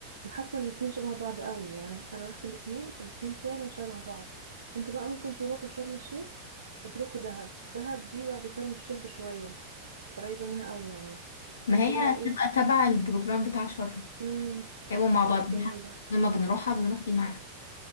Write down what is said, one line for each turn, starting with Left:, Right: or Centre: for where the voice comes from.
Right: انا حاسه ان الاتنين شبه بعض قوي يعني انا رحت الاتنين فالاتنين فعلا شبه بعض انتوا بقى ممكن تروحوا شرم الشيخ وتروحوا دهب دهب دي بعد شرم الشيخ بشويه قريبه منها قوي يعني
Left: ما
Right: بس
Left: هي
Right: بقى ايه
Left: هتبقى تبع البروجرام بتاع شر
Right: امم
Left: هيبقوا مع بعض
Right: لا جميله
Left: حتى لما بنروحها بنروح دي معاها